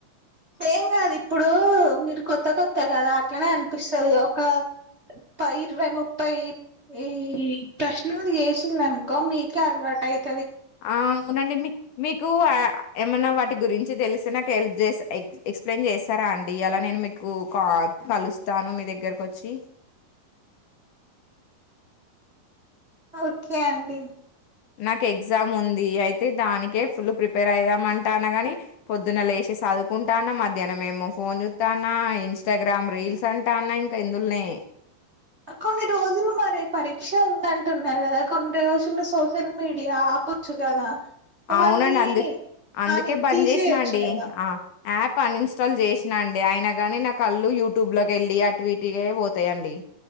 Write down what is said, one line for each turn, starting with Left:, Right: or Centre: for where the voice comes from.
Right: ఏం కాదు ఇప్పుడు మీరు కొత్త కొత్త కదా అట్లనే అనిపిస్తుది ఒక ప ఇరవై ముప్పై ఈ ప్రశ్నలు చేస్తుంది అనుకో మీకే అర్వాటు అయితు
Left: ఆ అవునండి మీక్ మీకు ఏమన్నా వాటి గురించి తెలిస నాకు హెల్ప్ చే ఎ ఎక్స్ప్లెయిన్ చేస్తారా అండి అలా నేను మీకు కా కలుస్తాను మీ దగ్గరకు వచ్చి
Right: ఓకే అండి
Left: నాకు ఎగ్జామ్ ఉంది అయితే దానికే ఫుల్ ప్రిపేర్ అయిదాం అంటా అన్నా గాని పొద్దున్న లే వేసే చదువుకుంటా అన్న మధ్యాహ్నం మేము ఫోన్ చుస్తా అన్న ఇన్స్టాగ్రామ్ రీల్స్ అంటా అన్న ఇంక ఎందుల్నే
Right: కొన్ని రోజులు మరే పరీక్ష ఉందంటున్నారు కదా కొన్ని రోజులు సోషల్ మీడియా ఆప వచ్చు కదా అవన్నీ
Left: అవునండి అందు అందుకే
Right: అని
Left: బంద్
Right: తీసేయొచ్చు
Left: చేసినా అండి
Right: కదా
Left: హా యాప్ పని ఇన్స్టాల్ చేసినా అండి అయన గాని నా కళ్లు యూట్యూబ్ లోకి వెళ్ళి అటు ఇటుక పోతాయండి